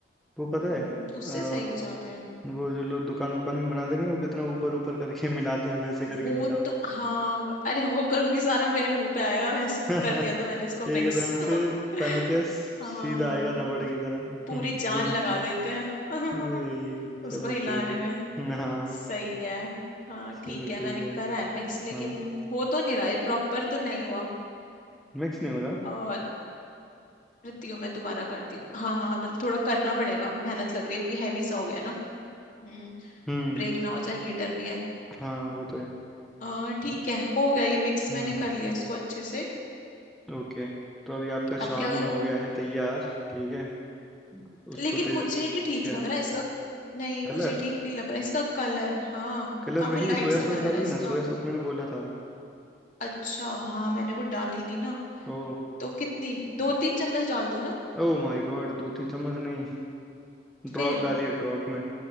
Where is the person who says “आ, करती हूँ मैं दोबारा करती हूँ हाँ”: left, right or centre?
Left